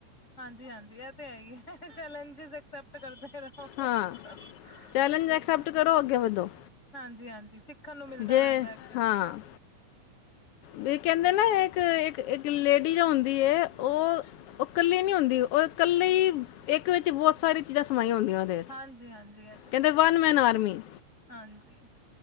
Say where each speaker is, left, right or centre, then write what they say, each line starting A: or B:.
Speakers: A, on the left (about 20°); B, on the left (about 80°).
A: ਹਾਂਜੀ- ਹਾਂਜੀ, ਇਹ ਤੇ ਹੈ ਹੀ ਏ। ਚੈਲੇਂਜਿਸ ਐਕਸੈਪਟ ਕਰਦੇ ਰੋ। ਸਹੀ
B: ਹਾਂ ਚੈਲੰਜ ਐਕਸੈਪਟ
A: ਗੱਲ
B: ਕਰੋ
A: ਏ।
B: ਅੱਗੇ ਵਧੋ
A: ਹਾਂਜੀ- ਹਾਂਜੀ, ਸਿ ਦੇਖਣ ਨੂੰ, ਮਿਲਦਾ
B: ਜੇ
A: ਰਹਿੰਦਾ, ਅੱਗੇ
B: ਹਾਂ
A: ਕੁਛ ਨਾ ਕੁਛ।
B: ਵੀ ਕੈਂਦੇ ਨਾ ਏਕ, ਏਕ, ਏਕ ਲੇੜੀ ਜੋ ਹੁੰਦੀ ਏ ਓ ਓ ਕੱਲੀ ਨੇ ਹੁੰਦੀ ਓ ਕੱਲੇ ਈ, ਏਕ ਚ ਬੋਤ ਸਾਰੀ ਚੀਜਾ ਸਮਾਈਆਂ ਹੋਂਦੀਆਂ ਓਦੇ
A: ਹਾਂਜੀ, ਹਾਂਜੀ।
B: ਕੈਂਦੇ ਵਨ ਮੈਨ ਆਰ ਮੀ,
A: ਹਾਂਜੀ-ਹਾਂਜੀ